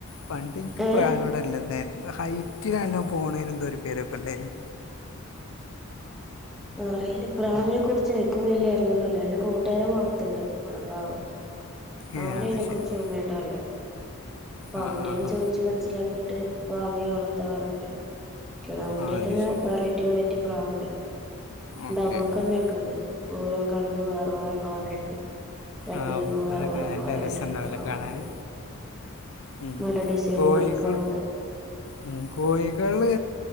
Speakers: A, on the left; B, in the centre.
A: പണ്ട് ഇൻക്ക്
B: ഏഹ്
A: പ്രാനോടല്ല ന്നെ ഹൈറ്റിലാൻല്ലോ പോണേന് എന്തോ രു പേരൊക്കെ ഉണ്ടായിനി.
B: ആറിയില്ല. പ്രാണവിനെ കുറിച്ച് എനിക്ക് വല്യ അറിവൊന്നുല്ല. എന്റെ കൂട്ടുകാരൻ വളർത്ത്ണ്ട് അടെ പ്രാവ്.
A: ഏ
B: അവനയ്നെ
A: അത് ശരി
B: കുറിച്ച് നന്നായിട്ട് അറിയ. അപ്പൊ
A: ആ
B: അവന്റെന്ന്
A: ആ ആ
B: ചോയ്ച്ച ഇച്ച് മനസ്സിലാക്കിയിട്ട് വാങ്ങി വളർത്താറ്ണ്ട്. ക്കിണാവ്ന്റെ
A: ആ അത്
B: <unintelligible>
A: ശരി
B: വേറെ ടി വെറൈറ്റി പ്രാവുണ്ട്.
A: ഓക്കെ
B: ഡബിൾ
A: ഓക്കെ
B: കണ്ണൊക്കെ ഇണ്ട്. ഓരോ കണ്ണ് വേറെ വേറെ കളറായിട്ട്. രണ്ട്
A: ആവു.
B: കണ്ണ് വേറെ
A: അതൊക്കെ
B: വേറെ
A: നല്ലെ
B: കളറായിട്ടുള്ള
A: രസ ണ്ടാവുല്ലെ
B: പ്രാവൊക്കെ
A: കാണാന്
B: ഉണ്ട്
A: ഉം
B: നല്ല ഡിസൈനൊക്കെ
A: കോഴിക്കു
B: ഉള്ള പ്രാവുണ്ട്
A: ഉം കോഴികള്